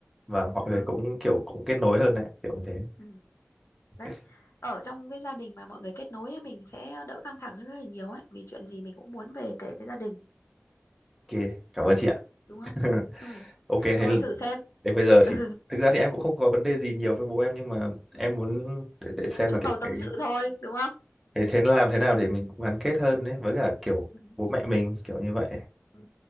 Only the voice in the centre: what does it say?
và mọi
người
cũng kiểu cũng kết nối hơn đấy kiểu như thế
<laughs>
ok cảm ơn chị ạ
<laughs>
ok thế
l-
đến bây giờ
thì
thực ra thì em cũng không có vấn đề gì nhiều với bố em nhưng mà em
muốn để, để xem
là kiểu
cái
thế thế làm thế nào để mình cũng gắn kết hơn đấy với cả kiểu
bố mẹ mình kiểu như vậy